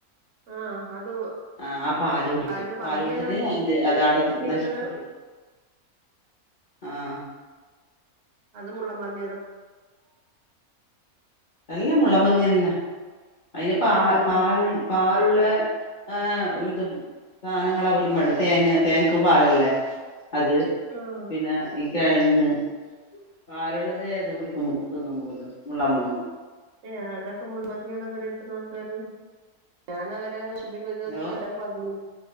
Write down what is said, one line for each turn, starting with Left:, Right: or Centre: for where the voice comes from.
Right: ആഹ് ആഹ് അത്
Left: ആ ആ പാല് കുടിക്കും
Right: ആര് പന്നിയാണത്
Left: പാല് കുടിച്ചിട്ട് അതിന്റെ അത അടെ
Right: ചെയ്യണത്?
Left: നശിിച്ചിട്ട ആഹ
Right: അതുമുള്ള മന്ത
Left: എല്ലാം മുളമന്ിന്ന അതിന് പ
Right: ഏഹ് മുള്ളൻ
Left: പാല പാലുള്ള ആ ഇത് സാധനങ്ങ അവലും വണ്ട തേങ്ങ തേങ്ങക്കും പാലല്ലേ അത്
Right: ആഹ്
Left: പിന്നെ കിഴങ്ങ് പാലുള്ള അതേ അത് കുടിക്ക തിന്നുമ പോലോ മുല്ലമളി
Right: എതൊക്കെ മുൻപന് ആണ കടെ എത്ത ആൾക്കാാര്ഞ നഷിപ്പിക്കതൊക്കെ
Left: ഓ
Right: എല്ലാം പന്നി